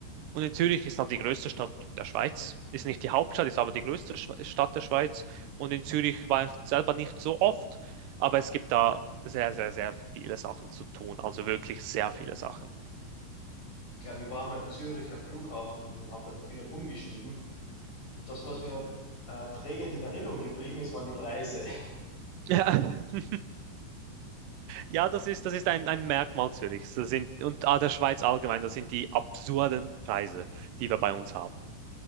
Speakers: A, on the right; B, on the left.
A: Und in Zürich ist halt die größte Stadt der Schweiz. Ist nicht die Hauptstadt, ist aber die größte Schwe- Stadt der Schweiz. Und in Zürich war ich selber nicht so oft, aber es gibt da sehr, sehr, sehr viele Sachen zu tun. Also wirklich sehr viele Sachen.
B: Ich glaube, ich war mal am Züricher Flughafen, hab, da- bin halt umgestiegen. Und das, was mir äh, prägend in Erinnerung geblieben ist, waren die Preise. <laughs>
A: Ja. <laughs> Ja, das ist, das ist ein, ein Merkmal Zürichs. Das sind, und ah, der Schweiz allgemein, das sind die absurden Preise, die wir bei uns haben.